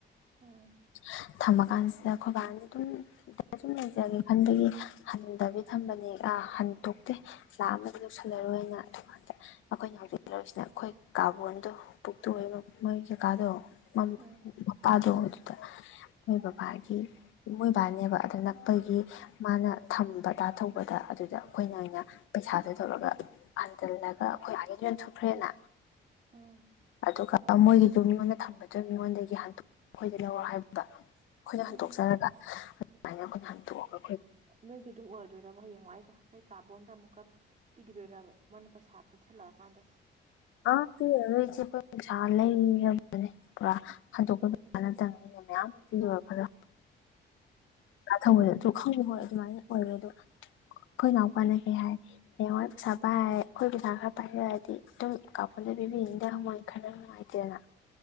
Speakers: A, on the right; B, on the left.
A: ꯎꯝ
B: <unintelligible> ꯊꯝꯃ ꯀꯥꯟꯁꯤꯗ ꯑꯩꯈꯣꯏ ꯕꯥꯅ ꯑꯗꯨꯝ ꯑꯗꯨꯝ ꯂꯩꯖꯒꯦ ꯈꯟꯗꯒꯤ ꯍꯟꯊꯕꯤ ꯊꯝꯕꯅꯦ ꯑ ꯍꯟꯇꯣꯛꯇꯦ ꯂꯥꯛ ꯑꯃꯗ ꯌꯧꯁꯜꯂꯔꯣꯏꯅ ꯑꯗꯨꯀꯥꯟꯗ ꯑꯩꯈꯣꯏꯅ ꯍꯧꯖꯂꯔꯤꯁꯤꯅ ꯑꯩꯈꯣꯏ ꯀꯥ ꯕꯣꯟꯗꯣ ꯄꯨꯛꯇꯣꯟ ꯃꯣꯏ ꯀꯥꯀꯥꯗꯣ ꯃ
A: ꯎꯝ
B: ꯃꯄꯥꯥꯗꯣ ꯑꯗꯨꯗꯣ ꯃꯣꯏꯕꯥꯒꯤ ꯃꯣꯏ ꯏꯄꯥꯅꯦꯕ ꯑꯣ ꯅꯛꯄꯒꯤ ꯃꯥꯅ ꯊꯝꯕ ꯗꯥ ꯊꯧꯕꯗ ꯑꯗꯨꯗ ꯑꯩꯈꯣꯏꯅ ꯑꯣꯏꯅ ꯄꯩꯁꯥꯗꯣ ꯇꯧꯔꯒ ꯍꯟꯖꯤꯜꯂꯒ ꯑꯩꯈꯣꯏ ꯃꯥꯒꯤꯗ ꯌꯟꯊꯣꯛꯈ꯭ꯔꯦꯅ
A: ꯎꯝ
B: ꯑꯗꯨꯒ ꯃꯣꯏꯒꯤꯗ ꯃꯤꯉꯣꯟꯗ ꯊꯝꯕꯗꯣ ꯃꯤꯉꯣꯟꯗꯒꯤ ꯑꯩꯈꯣꯏꯗ ꯂꯧꯔꯣ ꯍꯥꯏꯕ ꯑꯩꯈꯣꯏꯅ ꯍꯟꯗꯣꯛꯆꯔꯒ
A: ꯎꯝ
B: ꯑꯗꯨꯃꯥꯏ ꯍꯟꯇꯣꯛꯄ
A: ꯅꯣꯏꯒꯤ ꯑꯗꯨꯝ ꯑꯣꯏꯔꯗꯣꯏꯔꯥꯕ ꯍꯌꯦꯡꯋꯥꯏ ꯅꯣꯏ ꯀꯥ ꯕꯣꯟꯗ ꯑꯃꯨꯛꯀ ꯄꯤꯈꯤꯗꯣꯏꯔꯕ ꯃꯣꯏꯅ ꯄꯩꯁꯥ ꯄꯟꯁꯤꯜꯂꯛꯑꯀꯥꯟꯗ
B: ꯑꯥ ꯄꯤꯔꯔꯣꯏ ꯏꯆꯦ ꯑꯩꯈꯣꯏ ꯄꯩꯁꯥ ꯂꯩꯔꯕꯅꯦ ꯄꯨꯔꯥ ꯈꯟꯗꯣꯛꯄꯥ ꯅꯠꯇꯅ ꯑꯩꯅ ꯃꯌꯥꯝ ꯄꯤꯗ ꯈꯔ ꯊꯧꯕꯗ ꯑꯗꯨ ꯈꯪꯕ ꯍꯣꯏ ꯑꯗꯨꯃꯥꯏꯅ ꯑꯣꯏꯔꯦ ꯑꯗꯣ ꯑꯩꯈꯣꯏ ꯏꯅꯥꯎꯄꯥꯅ ꯀꯩ ꯍꯥꯏ ꯍꯌꯦꯡꯋꯥ ꯄꯩꯁꯥ ꯄꯥꯏꯦ ꯑꯩꯈꯣꯏ ꯄꯩꯁꯥ ꯈꯔ ꯄꯥꯏꯔꯛꯑꯗꯤ ꯑꯗꯨꯝ ꯀꯥ ꯕꯣꯟꯗ ꯄꯤꯕꯤꯅꯤꯗ ꯍꯥꯏ ꯈꯔ ꯅꯨꯡꯉꯥꯏꯇꯦꯅ